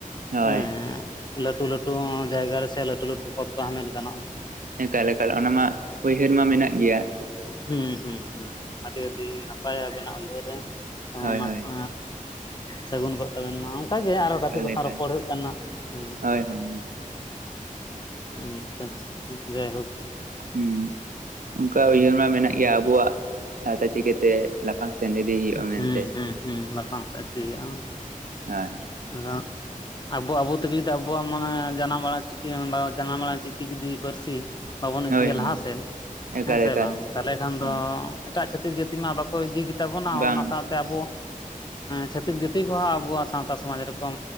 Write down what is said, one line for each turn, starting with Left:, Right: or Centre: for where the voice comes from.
Right: ᱦᱳᱭ
Left: ᱦᱮᱸ, ᱞᱟᱹᱴᱩ ᱞᱟᱹᱴᱩ ᱡᱟᱭᱜᱟ ᱨᱮ ᱥᱮ ᱞᱟᱹᱴᱩ ᱞᱟᱹᱴᱩ ᱯᱚᱫᱽ ᱠᱚ ᱦᱟᱢᱮᱴ ᱜᱟᱱᱚᱜ ᱜᱮᱭᱟ᱾
Right: ᱮᱠᱟᱞ ᱮᱠᱟᱞ ᱚᱱᱟ ᱢᱟ ᱩᱭᱦᱟᱹᱨ ᱢᱟ ᱢᱮᱱᱟᱜ ᱜᱮᱭᱟ᱾
Left: ᱦᱩᱸ ᱦᱩᱸ ᱦᱩᱸ ᱟᱹᱰᱤ ᱟᱹᱰᱤ ᱱᱟᱯᱟᱭᱟ ᱟᱵᱮᱱᱟᱜ ᱩᱭᱦᱟᱹᱨ ᱨᱮ᱾ ᱡᱮᱢᱚᱱ
Right: ᱦᱳᱭ
Left: ᱚᱱᱟ
Right: ᱦᱳᱭ
Left: ᱠᱚ ᱥᱟᱹᱜᱩᱱ ᱠᱚᱜ ᱛᱟᱵᱮᱱ ᱢᱟ᱾ ᱚᱱᱠᱟ ᱜᱮ ᱟᱨᱦᱚᱸ
Right: ᱮᱠᱟᱞ
Left: ᱜᱟᱛᱮ ᱠᱚ ᱥᱟᱶ
Right: ᱮᱠᱟᱞ
Left: ᱨᱚᱯᱚᱲ ᱦᱩᱭᱩᱜ ᱠᱟᱱᱟ ᱦᱩᱸ,
Right: ᱦᱳᱭ ᱦᱳᱭ
Left: ᱩᱸᱻᱟᱪᱪᱷᱟ ᱟᱪᱪᱷᱟ ᱡᱟᱭᱦᱳᱠ
Right: ᱦᱩᱸ ᱚᱱᱠᱟ ᱩᱭᱦᱟᱹᱨ ᱢᱟ ᱢᱮᱱᱟᱜ ᱜᱮᱭᱟ ᱟᱵᱚᱣᱟᱜ ᱥᱟᱶᱛᱟ ᱪᱤᱠᱟᱹᱛᱮ ᱞᱟᱯᱷᱟᱝ, ᱥᱮᱱ ᱤᱫᱤ ᱦᱩᱭᱩᱜᱼᱟ ᱢᱮᱱᱛᱮ
Left: ᱦᱩᱸ ᱦᱩᱸ ᱦᱩᱸ ᱞᱟᱯᱷᱟᱝ ᱥᱮᱫᱤᱭᱟ ᱦᱟᱸᱝ
Right: ᱦᱚᱭ,
Left: ᱟᱫᱚ, ᱟᱵᱚ ᱟᱵᱚ ᱛᱮᱜᱮ ᱡᱩᱫᱤ ᱟᱵᱚᱣᱟᱜ ᱢᱟᱱᱮ ᱡᱟᱱᱟᱢ ᱟᱲᱟᱝ ᱪᱤᱠᱤ <unintelligible> ᱡᱟᱱᱟᱢ ᱟᱲᱟᱝ ᱪᱤᱠᱤ ᱡᱩᱫᱤ ᱯᱟᱹᱨᱥᱤ ᱵᱟᱵᱚᱱ ᱤᱫᱤᱭᱟ
Right: ᱦᱳᱭ ᱦᱳᱭ
Left: ᱞᱟᱦᱟᱥᱮᱫ
Right: ᱮᱠᱟᱞ
Left: ᱦᱮᱸ ᱥᱮ
Right: ᱮᱠᱟᱞ
Left: ᱵᱟᱝ ᱛᱟᱦᱚᱞᱮ ᱠᱷᱟᱱ ᱫᱚ
Right: ᱦᱳᱭ
Left: ᱮᱴᱟᱜ ᱪᱷᱟᱹᱛᱤᱠ ᱡᱟᱹᱛᱤ ᱢᱟ, ᱤᱫᱤ ᱜᱮᱛᱟ ᱵᱚᱱᱟ
Right: ᱵᱟᱝ
Left: ᱚᱱᱟ ᱥᱟᱶᱛᱮ ᱟᱵᱚ ᱪᱷᱟᱛᱤᱠ ᱡᱟᱹᱛᱤ ᱠᱚᱦᱚᱸ ᱟᱵᱚᱣᱟᱜ ᱥᱟᱶᱛᱟ ᱟᱹᱵᱤ ᱨᱚᱠᱚᱡ